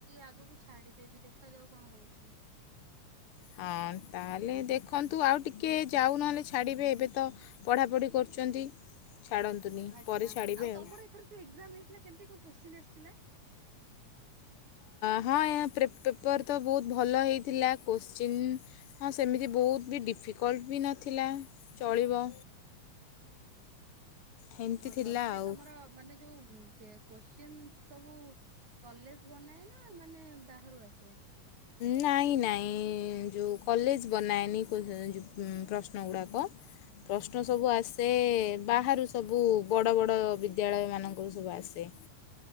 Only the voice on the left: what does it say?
ହଁ ତାହେଲେ ଦେଖନ୍ତୁ ଆଉ ଟିକେ ଯାଉ ନହେଲେ ଛାଡ଼ିବେ ଏବେ ତ ପଢ଼ାପଢ଼ି କରୁଛନ୍ତି ଛାଡ଼ନ୍ତୁନି
ପରେ ଛାଡ଼ିବେ
ଆଉ
ହଁ ପେପର୍ ତ ବହୁତ ଭଲ ହେଇଥିଲା କୋଶ୍ଚିନ୍ ହଁ ସେମିତି ବହୁତ ବି ଡିଫିକଲ୍ଟ ବି ନଥିଲା ଚଳିବ ହେମିତି
ଥିଲା
ଆଉ।
ନାଇଁ ନାଇଁ ଯୋଉ କଲେଜ ବନାଏନି ପ୍ରଶ୍ନ ଗୁଡ଼ାକ ପ୍ରଶ୍ନ ସବୁ ଆସେ ବାହାରୁ ସବୁ ବଡ଼ ବଡ଼ ବିଦ୍ୟାଳୟ ମାନାନଙ୍କର ସବୁ ଆସେ